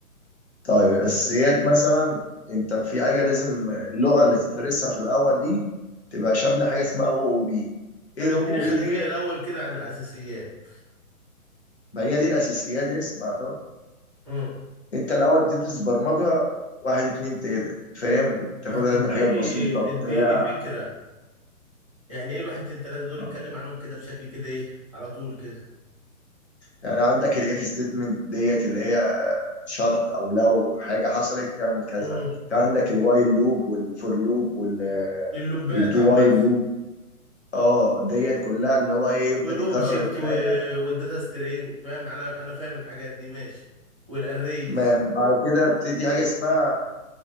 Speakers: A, on the left; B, on the right.
A: طيب الأساسيات مثلا أنت في حاجة لازم اللغة اللي تدرسها في الأول دي تبقى شاملة حاجة اسمها أو أو بي
B: طب
A: إيه الأو
B: اديني
A: أو بي
B: خلفيه
A: دي؟
B: الاول كده عن الاساسيات
A: ما هي دي الأساسيات اسمع طب
B: امم
A: أنت الأول بتدرس برمجة واحد اتنين تلاتة فاهم تاخدها
B: هتديني
A: من حاجات بسيطة
B: اديني
A: بتاع
B: فكره يعني ايه الواحد اتنين تلاته دول
A: آه.
B: اتكلم عنهم كده بشكل كده ايه على طول كده
A: يعني عندك الإف ستيتمنت ديت اللي هي شرط أو لو حاجة حصلت اعمل كذا
B: امم
A: في عندك الوايل لوب والفور لوب وال
B: اللبات
A: والدو
B: عامه
A: وايل لوب اه ديت كلها اللي هو ايه يفضل
B: والاوبجكت
A: يكرر الحاجة
B: والداتا سترينج فاهم انا انا فاهم الحاجات دي ماشي والاريز
A: ما بعد كده بتدي حاجه اسمها